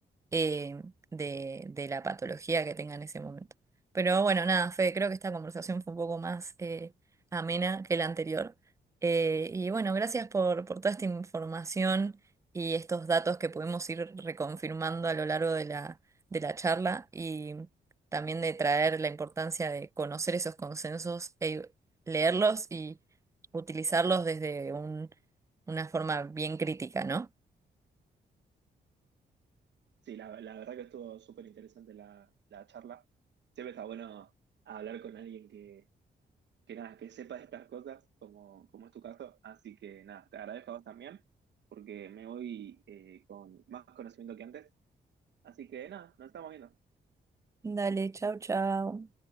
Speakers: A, on the right (about 15°); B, on the right (about 65°).
A: eh, de, de la patología que tenga en ese momento. Pero bueno, nada, Fede, creo que esta conversación fue un poco más eh, amena que la anterior. Eh, y bueno, gracias por, por toda esta información y estos datos que pudimos ir reconfirmando a lo largo de la, de la charla y también de traer la importancia de conocer esos consensos, e leerlos y utilizarlos desde un- una forma bien crítica, ¿no?
B: Sí, la, la verdad que estuvo súper interesante la, la charla. Siempre está bueno hablar con alguien que, que nada, que sepa de estas cosas, como, como es tu caso. Así que nada, te agradezco a vos también, porque me voy eh, con más conocimiento que antes. Así que nada, nos estamos viendo.
A: Dale, chau chau